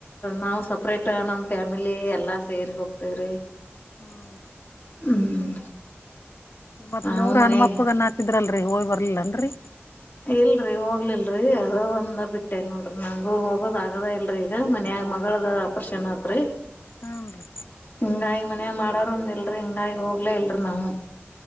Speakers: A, on the left; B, on the left.
A: ನಾವ್ ಸಪ್ರೇಟ್ ನಮ್ ಫ್ಯಾಮಿಲಿ ಎಲ್ಲಾ ಸೇರಿ ಹೋಗ್ತೇವ್ರಿ.
B: ಹ್ಮ
A: ಹ್ಮ್
B: ಮತ್ಮೂರ್
A: ನಾವು ಮನ್ಯಾಗ
B: ಹನುಮಪ್ಪಗನ್ ಅನ್ನ ಹಾಕಿದ್ರಲ್ರಿ ಹೋಯ್ ಬರ್ಲಿಲ್ಲನ್ರಿ.
A: ಇಲ್ರಿ ಹೋಗ್ಲಿಲ್ರರಿ ಅದ ಒಂದ ಬಿಟ್ಟೆ ನೋಡ್ರಿ ನಂಗು ಹೋಗೋದ ಆಗದ ಇಲ್ರರಿ ಈಗ ಮನ್ಯಾಗ್ ಮಗಳದು ಆಪರೇಷನ್ ಆತ್ರಿ.
B: ಹಾನ್ ರೀ
A: ಹಿಂಗಾಯಿ ಮನ್ಯಾಗ್ ಮಾಡಾರ ಒಂದ್ ಇಲ್ರಿ ಹಿಂಗಾಯ ಹೋಗ್ಲ ಇಲ್ರರಿ ನಾವು.